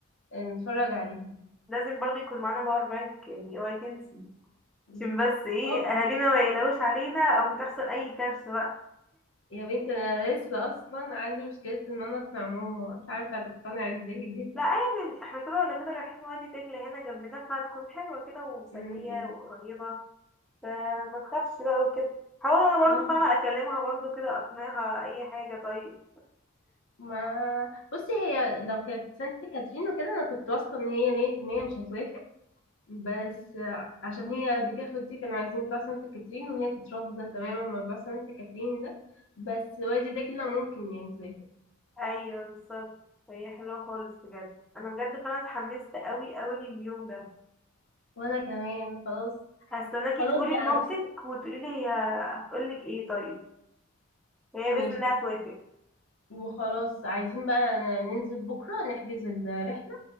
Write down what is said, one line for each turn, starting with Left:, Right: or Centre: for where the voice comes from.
Left: آه، نتفرج عليهم
Centre: لازم برضو يكون معانا باور بانك يعني اوعي تنسي
Left: الله.
Centre: عشان بس ايه
Left: اه
Centre: اهالينا ما يقلقوش علينا او تحصل اي كارثة بقى
Left: يا بنتي انا لسه اصلا عندي مشكلة ان انا اقنع ماما مش عارفة هتقتنع ازاي دي
Centre: لا عادي احنا كده ولا كده رايحين وادي دجلة هنا جنبنا فهتكون حلوة كده ومسلية
Left: م- م.
Centre: وقريبة فما تخافش بقى وكده حاول انا برضو
Left: اه
Centre: فاهمة اكلمها برضو كده اقنعها اي حاجة طيب
Left: ما بصي هي لو كانت سانت كاترين وكده انا كنت واثقة ان هي مية في المية مش هتوافق بس
Centre: <laughs>
Left: عشان هي قبل كده اخواتي كانوا عايزين يطلعوا سانت كاترين وهي كانت رافضة تماما موضوع سانت كاترين ده بس والدي ده كله ممكن يعني توافق
Centre: ايوه بالظبط فهي حلوه خالص بجد انا بجد فانا اتحمست قوي قوي لليوم ده
Left: وانا كمان خلاص
Centre: هستناكي
Left: خلاص
Centre: تقولي
Left: بقى
Centre: لمامتك
Left: بصي
Centre: وتقولي لي هي هتقولك ايه طيب هي
Left: ماشي
Centre: باذن الله هتوافق
Left: وخلاص عايزين بقى ننزل بكرة نحجز الرحلة